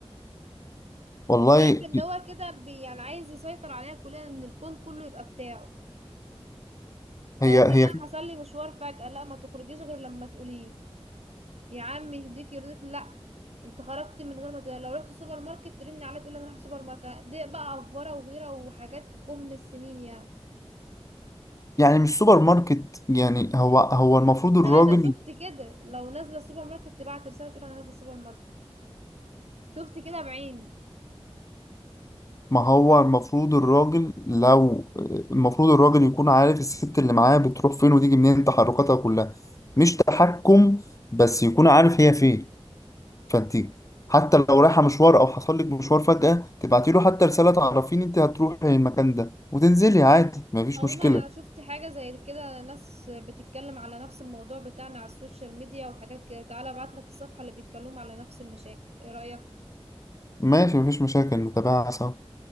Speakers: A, on the left; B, on the right.
A: والله
B: ده شايف ان هو كده بي- يعني عايز يسيطر عليها كلها ان الكون كله يبقى بتاعه طب
A: هي
B: افرض
A: هي
B: انا حصل لي مشوار فجأة لا ما تخرجيش غير لما تقولي يا عم يهديك يرضيك لا انت خرجت من غير ما تقولي. لو رحت سوبر ماركت ترني عليا تقولي انا رايحه سوبر ماركت دي بقى افبره وغيره وحاجات كهن السنين يعني
A: يعني مش سوبر ماركت يعني هو هو المفروض الراجل
B: لا انا شفت كده لو نازله السوبر ماركت تبعت رساله تقول انا نازله السوبر ماركت شفت كده بعيني
A: ما هو المفروض الراجل لو المفروض الراجل يكون عارف الست اللي معاه بتروح فين وتيجي منين تحركاتها كلها مش تحكم بس يكون عارف هي فين فانت حتى لو رايحه مشوار او حصل لك مشوار فجأة تبعتي له حتى رسالة تعرفيني انت هتروحي المكان ده وتنزلي عادي مفيش
B: عموما
A: مشكلة
B: انا شفت حاجه زي كده ناس بتتكلم على نفس الموضوع بتاعنا على السوشيال ميديا وحاجات كده تعالى ابعتلك الصفحه اللي بيتكلموا على نفس المشاكل ايه رايك
A: ماشي مفيش مشاكل نتابعها سوا